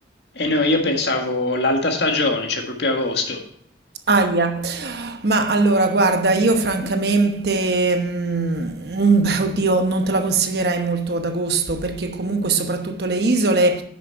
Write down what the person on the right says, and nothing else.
Ahia. Ma allora, guarda, io francamente, mm, beh, oddio, non te la consiglierei molto ad agosto perché comunque soprattutto le isole,